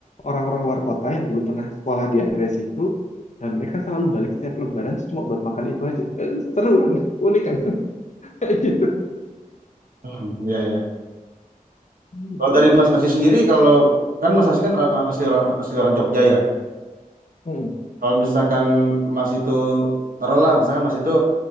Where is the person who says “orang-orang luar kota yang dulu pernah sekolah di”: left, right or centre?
Left